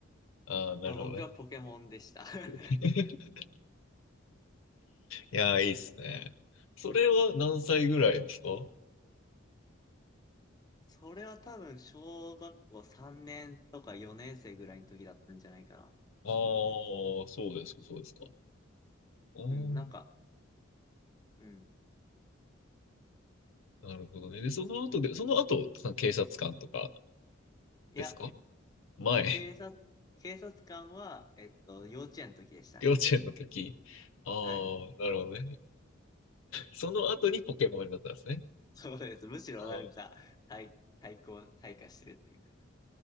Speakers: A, on the left; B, on the left.
A: ああ、なるほどね。
B: まあ僕はポケモンでした。<laughs>
A: <laughs> いやー、いいっすね。それは何歳ぐらいですか
B: それは多分小学校3年とか4年生ぐらいの時だったんじゃないかなっ
A: ああー、
B: て思います。
A: そうですか、そうですか。あー
B: うん、なんか、うん。
A: なるほどね。で、その後で、その後、その警察官とか
B: いや、
A: ですか前、
B: 警察、警察官は、えっと、幼稚園の時でしたね。
A: <laughs> 幼稚園の時。ああ、
B: はい。
A: なるほどね。その後にポケモンになったんですね。
B: そうです。むしろなんか、
A: ああ、
B: 対、対抗、退化してるっていうか。